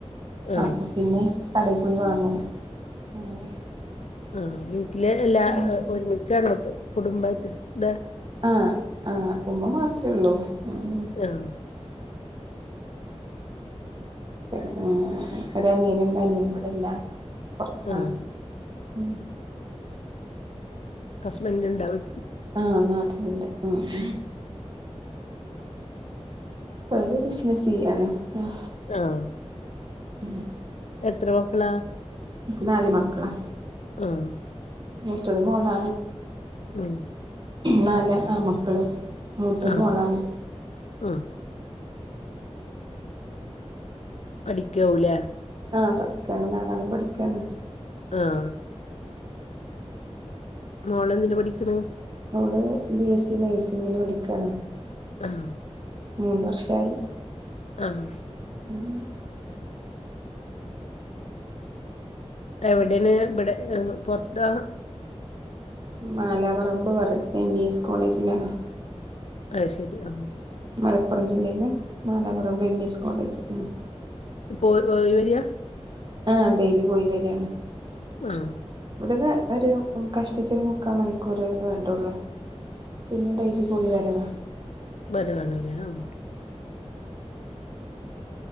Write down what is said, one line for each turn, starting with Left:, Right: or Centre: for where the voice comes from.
Left: ആഹ്
Right: അപ്പം പിന്നെ കടെ പോയി വാങ്ങും അങ്ങനെ
Left: ആഹ് വീട്ടില് എല്ലാ
Right: ഉം
Left: ഒരുമിച്ചണോ കുടുംബായിട്ട് ഇത്
Right: ആഹ് ആഹ് ഉമ്മ മാത്രേ ഒള്ളൂ ഏഹ്
Left: ആഹ്
Right: ഉം ഒരു അനിയന്ണ്ട് അനിയന് ഇവടെല്ല പൊറത്താണ്
Left: ആഹ്
Right: ഉം
Left: ഹസ്ബൻറ്റ്ണ്ടാവി
Right: ആഹ് നാട്ടില്ണ്ട് ആഹ് ആഹ് ഓര് ബിസിനസ് ചെയ്യാണ് ഉം
Left: ആഹ്
Right: ഉം
Left: എത്ര മക്കളാ?
Right: എനിക്ക് നാല് മക്കള്
Left: ആഹ്
Right: മുത്തത് മോളാണ്
Left: ഉം
Right: നാല് ആമക്കള് മൂത്തത്
Left: ആഹ്
Right: മോളാണ്
Left: ഉം പഠിക്കാവൂലേ
Right: ആഹ് പഠിക്കാണ് നാലാളും പഠിക്കാണ്
Left: ആഹ് മോളെന്തിന് പഠിക്ക്ണ്
Right: ഓള് ബി എസ് സി നഴ്സിഗിന് പഠിക്കാണ്
Left: ആഹ്
Right: മൂന്ന് വർഷായി
Left: ആഹ്
Right: ഉം
Left: എവടെണ് ഇവടെ പൊറത്താ
Right: മാലാപറമ്പ് പറയും എം ഇ എസ് കോളേജിലാണ്
Left: അയ് ശെരി ആമ്
Right: മലപ്പുറം ജില്ലേല് Malaparamba A M E S college ഉം
Left: പ്പോ ഓയി വരിയാ
Right: ആഹ് ഡെയിലി പോയി വര്യാണ്
Left: ആഹ്
Right: ഇവടുന്ന് ഒരു കഷ്ടിച്ചൊരു മുക്കാമണിക്കൂറേ വേണ്ടുള്ളൂ പിന്നെ ഡെലി പോയിവരവാ
Left: വരവാണ്ലേ ആഹ്